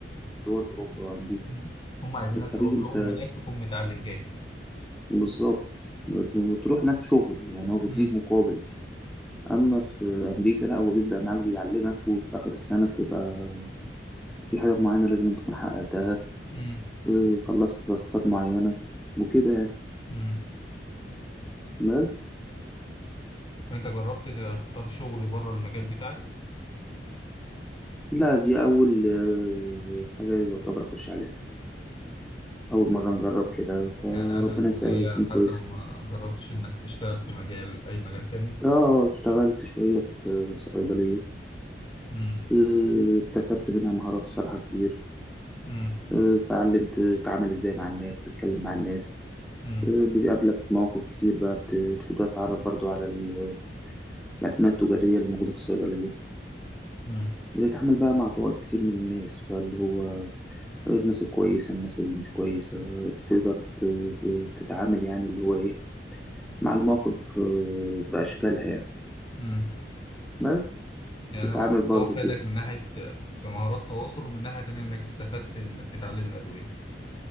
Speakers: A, in the centre; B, on the left.
A: دول اوروبا وامريكا
B: مم. هم عايزينك
A: الخليج
B: تروح
A: انت
B: لهم هناك تكون متعلم جاهز
A: بالظبط وتروح هناك شغل يعني هو بيديك
B: مم.
A: مقابل اما في امريكا لا هو بيبدا معاك بيعلمك وفي اخر السنه بتبقى في حاجات معينه لازم تكون حققتها
B: مم.
A: آه، خلصت تاسكات معينه وكده يعني
B: امم
A: بس
B: فأنت جربت تختار شغل بره المجال بتاعك
A: لا دي اول آه، حاجه يعتبر اخش عليها اول مره نجرب كده فربنا
B: يعني قبل الكلية
A: يسهل وتكون كويسه
B: حتى ما جربتش إنك تشتغل في مجال أي مجال تاني
A: اه اشتغلت شويه في صيدليه
B: مم.
A: آه، اكتسبت منها مهارات صراحه كتير
B: مم.
A: آه، اتعلمت تتعامل ازاي مع الناس تتكلم مع الناس
B: مم.
A: بتقابلك مواقف كتير بقى بت- بتبدأ تتعرف برضو على ال- الأسماء التجارية اللي موجودة في الصيدلية
B: مم.
A: بتتعامل بقى مع طوائف كتير من الناس فاللي هو الناس الكويسة الناس اللي مش كويسة بتقدر ت- ت- تتعامل يعني اللي هو إيه مع المواقف آه، بأشكالها يعني
B: مم.
A: بس
B: يعني
A: تتعامل
B: هو الموضوع
A: برضو
B: فادك
A: كده
B: من ناحية كمهارات تواصل ومن ناحية تانية إنك استفدت إنك تتعلم الأدوية